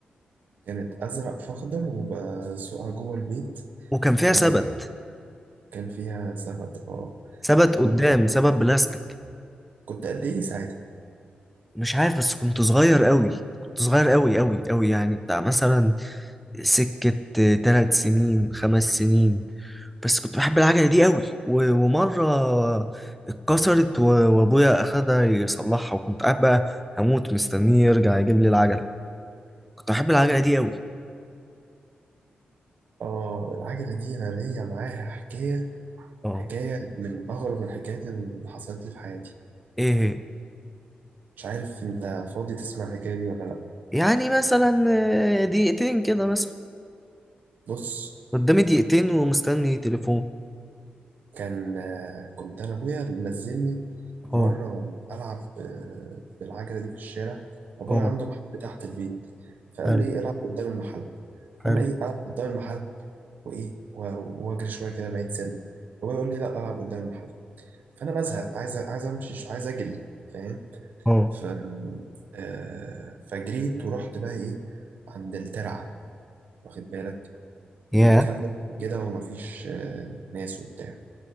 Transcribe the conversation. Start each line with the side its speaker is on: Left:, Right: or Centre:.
Right: كانت ازرق في اخضر وبسوقها جوه البيت
Centre: وكان فيها
Right: وكان
Centre: سبت
Right: فيها سبت اه
Centre: سبت قدام
Right: وكنت
Centre: سبت بلاستيك
Right: قد ايه ساعتها
Centre: مش عارف بس كنت صغير قوي كنت صغير قوي قوي قوي يعني بتاع مثلا سكة تلات سنين خمس سنين بس كنت بحب العجلة دي قوي و- ومرة اتكسرت و- وأبويا أخدها يصلحها وكنت قاعد بقى هموت مستنيه يرجع يجيب لي العجلة كنت بحب العجلة دي قوي
Right: اه العجله دي انا ليا معاها حكايه
Centre: اه
Right: حكايه من اغرب الحكايات اللي حصلت لي في حياتي
Centre: إيه هي؟
Right: مش عارف انت فاضي تسمع الحكايه دي ولا لا
Centre: يعني مثلا آه، دقيقتين كده مثلا
Right: بص
Centre: قدامي دقيقتين ومستني تليفون
Right: كان آه، كنت انا ابويا منزلني مره
Centre: اه
Right: العب آه، بالعجله دي في الشارع ابويا
Centre: اه
Right: عنده محل تحت البيت فقال
Centre: حلو
Right: لي إيه، العب قدام المحل
Centre: حلو
Right: فانا ايه العب قدام المحل وايه و- واجري شويه كده بعيد سنه فابويا يقول لي لا العب قدام المحل فانا بزهق عايز عايز امشي عايز اجري فاهم
Centre: اه
Right: ف آه، فجريت ورحت بقى ايه عند الترعه واخد بالك
Centre: يا
Right: ومكان كده ومفيش آه، ناس وبتاع